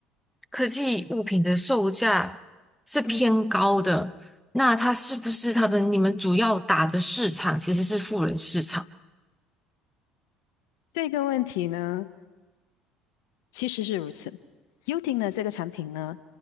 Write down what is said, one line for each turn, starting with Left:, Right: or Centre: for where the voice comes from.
Centre: 科技物品的售价是偏高的，那它是不是他们你们主要打的市场其实是富人市场？
Left: 这个问题呢，其实是如此。Uting 呢，这个产品呢，